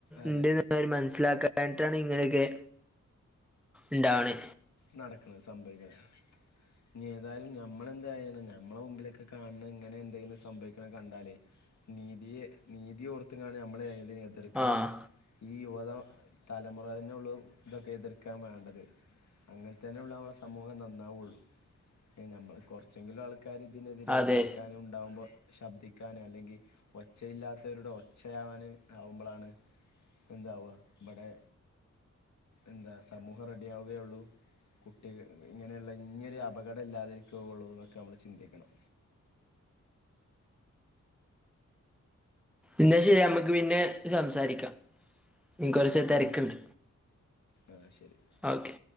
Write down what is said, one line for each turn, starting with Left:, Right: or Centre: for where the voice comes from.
Left: അതെ
Centre: ഇണ്ട്ന്ന് ഓര് മനസ്സിലാക്കാഞ്ഞിട്ടാണ് ഇങ്ങനെയൊക്കെ ഇണ്ടാവ്ണെ
Left: നടക്ക്ണെ സംഭവിക്ക്ണെ ഇഞ്ഞ് ഏതായാലും ഞമ്മളെന്തായാണ് ഞമ്മളെ മുമ്പിലൊക്കെ കാണ ഇങ്ങനെ എന്തെങ്കിലും സംഭവിക്ക്ണെ കണ്ടാല് നീതിയെ നീതി ഓർത്ത്ക്കാണ്ട് നമ്മളെ ഏതിനെ അത് എതിർക്കണം
Centre: ആഹ്
Left: ഈ യുവത തലമുറേനുള്ള ഇതൊക്കെ എതിർക്കാൻ വേണ്ടത് അങ്ങനെത്തന്നെ ഒള്ളു അമ്മളെ സമൂഹം നന്നാവൊള്ളൂ നമ്മള് കൊറച്ചെങ്കിലും ആൾ ക്കാര് ഇതിനെതിരെ
Centre: അതെ
Left: എതിർക്കാനും ഉണ്ടാവുമ്പോൾ ശബ്ദിക്കാന് അല്ലെങ്കിൽ ഒച്ചയില്ലാത്തവരുടെ ഒച്ചയാവാന് ആവുമ്പളാണ് എന്താവ ബടെ എന്താ സമൂഹം റെഡിയാവുകയുള്ളു കുട്ടിക ഇങ്ങനെയ്ള്ള ഇഞ്ഞൊരു അപകടം ഇല്ലാതിരിക്കുകയൊള്ളൂ എന്നൊക്കെ നമ്മൾ ചിന്തിക്കണം
Centre: ഇന്നാ ശരി അമ്മക്ക് പിന്നെ സംസാരിക്കാം ഇൻക്ക് കൊറച്ച് തെരക്ക്ണ്ട്
Left: ആഹ് ശരി
Centre: ആഹ്